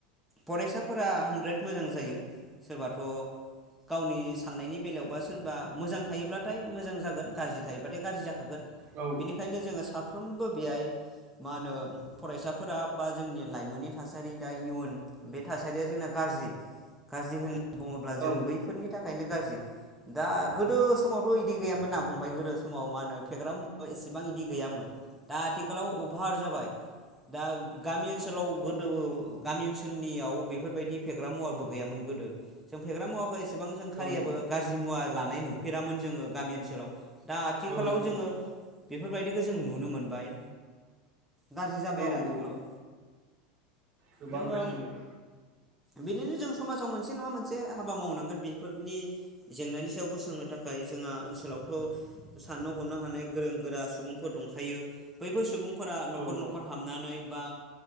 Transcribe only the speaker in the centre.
फरायसाफोरा हानद्रेद मोजां जायो सोरबाथ' गावनि साननायनि बेलायावबा सोरबा मोजां थायोब्लाथाय मोजां जागोन गाज्रि थायोब्लााथाय गाज्रि जाखागोन
बेनिखायनो जोङो सा साफ्रोमबो बेहाय मा होनो फरायसाफोरा बा जोंनि लाइमोननि थासारि दा इयुन बे थासारिया जोंना गाज्रि गाज्रि होनना बुङोब्ला जों
बैफोरनि थाखायनो गाज्रि दा गोदो समावथ' इदि गैयामोन ना फंबाय गोदो समाव मा होनो फेग्रा मु एसेबां इदि गैयामोन दा आथिखालाव अभार जाबाय दा गामि ओनसोलाव गोदोबो गामि ओनसोलनियाव बेफोरबायदि फेग्रा मुवाबो गैयामोन गोदो जों फेग्रा मुवाखौ एसेबां जों खारियाबो
गाज्रि मुवा लानाय नुफेरामोन जोङो गामि ओनसोलाव दा आथिखालाव
जोङो
बेफोरबायदिखौ जों नु नुनो मोनबाय गाज्रि जाबाय
आरो आथिखालाव
जोङो
बिदिनो जों समाजाव मोनसे नङा मोनसे हाबा मावनांगोन बेफोरनि जेंनानि सायाव बोस्रांनो थाखाय जोंहा ओनसोलावथ' साननो हरनो हानाय गोरों गोरा सुबुंफोर दं खायो बैबो सुबुंफोरा नखर
न'मखर
हाबनानै बा